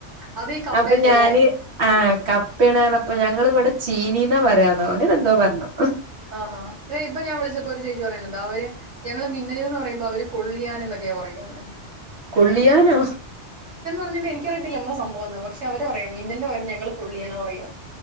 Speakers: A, on the right (about 80°); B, on the right (about 65°).
A: അത് ഈ കപ്പേന്റെ
B: അപ്പൊ ഞാന്
A: അല്ലേ
B: ആകപ്പ കപ്പ പറഞ്ഞപ്പോ ഞങ്ങിവിടെ ചീനീന്നാ പറയാന്നോ അങ്ങനെഎന്തോ പറഞ്ഞോ
A: ആഹാ അതെ ഇപ്പൊ ഞാൻ വിളിച്ചപ്പോൊ ഒരു ചേച്ചി പറയുന്നുണ്ട് അവര് ഞങ്ങള്ൾ മിന്നല എന്ന് പറയുമ്പോ അവര് കൊള്ളിയാൻ എന്നൊക്കെ പറയാണ്
B: കൊള്ളിയാനോ
A: പറഞ്ഞട്ടണ്ട് എനിക്കറിയത്തില്ലോ സംഭവ എന്ന് പക്ഷ അവ അിയാം മിന്നലും വരെ ഞങ്ങൾ കൊള്ളിയാനോ പറയാ